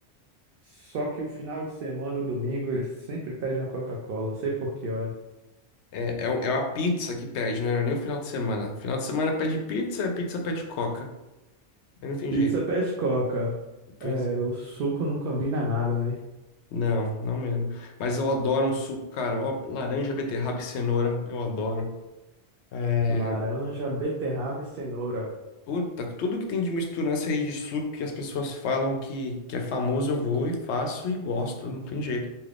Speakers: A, on the right; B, on the left.
A: Só que o final de semana, o domingo, eles sempre pedem uma Coca-Cola, não sei por quê, olha.
B: É, é, o- é a pizza que pede, né? Não é nem o final de semana. Final de semana pede pizza, a pizza pede Coca. Aí não tem
A: Pizza
B: jeito.
A: pede Coca.
B: Pois
A: É,
B: é.
A: o suco não combina nada, né?
B: Não, não mesmo. Mas eu adoro um suco, cara. Ó, laranja, beterraba e cenoura, eu adoro. É,
A: Laranja, beterraba e cenoura.
B: puta, tudo que tem de misturança aí de suco que as pessoas falam que, que é famoso, eu vou e faço e gosto, não tem jeito.